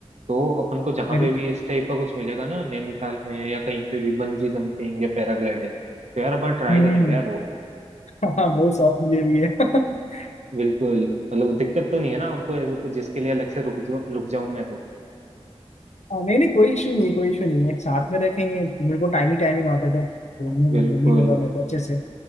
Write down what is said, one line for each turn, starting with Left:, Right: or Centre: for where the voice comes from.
Right: तो अपन को जहाँ
Left: मेरे
Right: पे भी इस टाइप का कुछ मिलेगा ना नैनीताल में या कहीं पे भी बंजी जंपिंग या पैराग्लाइडिंग तो यार अपन ट्राई
Left: हम्म
Right: करेंगे
Left: हम्म, हम्म,
Right: यार वो
Left: <laughs> हाँ वो शौक मुझे भी है <laughs>
Right: बिल्कुल मतलब दिक्कत तो नहीं है ना आपको ऐसे कुछ जिसके लिए अलग से रुक जाऊं रुक जाऊं मैं तो
Left: हाँ, नहीं नहीं कोई इशू नहीं है, कोई इशू नहीं है साथ में रखेंगे मेरे को टाइम ही टाइम ही वहाँ पे तो घूमने घूमने
Right: बिल्कुल
Left: मिलूंगा मेरे को अच्छे से